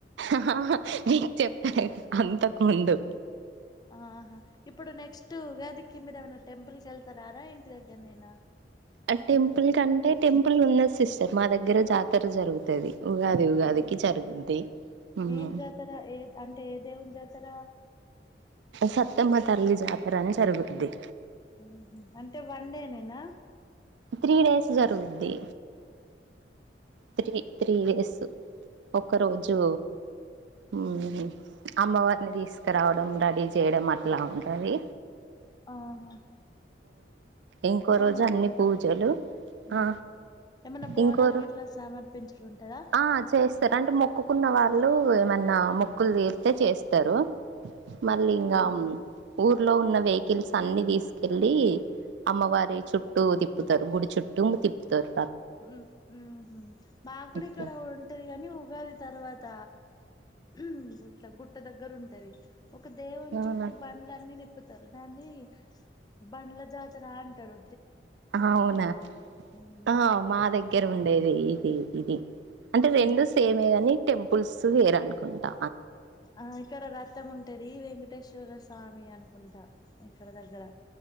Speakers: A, on the right; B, on the left.
A: అహ నీక్ చెప్తే అంతకు ముందు
B: ఆహా ఇప్పుడు నెక్స్ట్ ఉగాది కి మీరేమన్నా టెంపుల్ కెళ్తారారా, ఇంటి దగ్గర్నె నేనా
A: ఆ టెంపుల్ కంటే టెంపుల్ ఉన్నది సిస్టర్ మా దగ్గర జాతర జరుగుతది. ఉగాది ఉగాదికి
B: ఆహా,
A: జరుగుద్ది ఉమ్
B: ఏం జాతర ఏ అంటే ఏ దేవుని జాతర.
A: సత్యమ్మ తల్లి జాతర అని జరుగుద్ది.
B: ఉహు అంటే వన్డే నేనా.
A: త్రీ డేస్ జరుగుద్ది త్రీ త్రీ డేసు ఒకరోజు ఉమ్ అమ్మవారిని తీసుకురావడం, రడీ చేయడం అట్లా ఉంటది.
B: ఆహా
A: ఇంకో
B: ఏమన్నా
A: రోజు అన్ని పూజలు,
B: ఉమ్
A: ఆ
B: ఏమన్నా బోనాలు
A: ఇంకో
B: గిట్లా సమర్పించుడు ఉంటదా
A: ఆ చేస్తారు అంటే మొ క్కుకున్న వాళ్ళు ఏమన్నా మొక్కులు తీర్తే చేస్తరు. మళ్ళీ ఇంగ,
B: ఆహా
A: ఊర్ లో ఉన్న వెహికల్స్ అన్ని తీసుకెల్లి అమ్మవారి చుట్టూ తిప్పుతరు, గుడి చుట్టూ తిప్పుతరు.
B: ఉమ్ ఉమ్ మాక్కూడా
A: ఇట్లా
B: ఇక్కడ ఉంటది గని ఉగాది తర్వాత. ఉమ్ గుట్ గుట్ట దగ్గర ఉంటది. ఒక దేవుని
A: అవునా
B: చుట్టూ బండ్లన్నీ తిప్పు తరు దాన్ని బండ్ల జాతర అంటరు.
A: ఆవునా,
B: ఉమ్
A: ఆ మా దగ్ దగ్గర ఉండేది ఇది ఇది. అంటే రెండు
B: ఉమ్
A: సేమే గని టెంపుల్స్ వేరనుకుంటా.
B: ఆహ్ ఇక్కడ రథం ఉంటది వెంకటేశ్వర స్వామి అనుకుంటా ఇక్కడ దగ్గర.